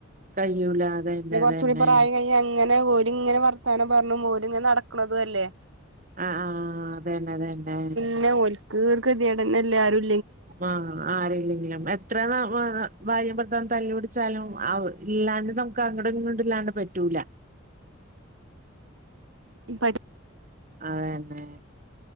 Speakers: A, on the right; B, on the right.
A: കഴിയൂല അതന്നെ
B: പിന്നെ കുറച്ചുകൂടി
A: അതന്നെ
B: പ്രായം കഴിഞ്ഞ് അങ്ങനെ ഓരി ഇങ്ങനെ വർത്തനം പറഞ്ഞ് ഓര് ഇങ്ങനെ നടക്കണതും അല്ലേ
A: അ ആഹ് ആഹ് അതന്നെ അതന്നെ
B: <inaudible> ക് കെതെട് എല്ലരും
A: ആഹ് ആരില്ലെങ്കിലും എത്ര ന മ്മ ന ഭാര്യേം ഭർത്താവും തല്ല് പിടിച്ചാലും അവ ഇല്ലാണ്ട് നമ അങ്കടെ ഇങ്ങടെ ഇല്ലാണ്ട് പറ്റൂല
B: ഇപ്പ
A: അതന്നെ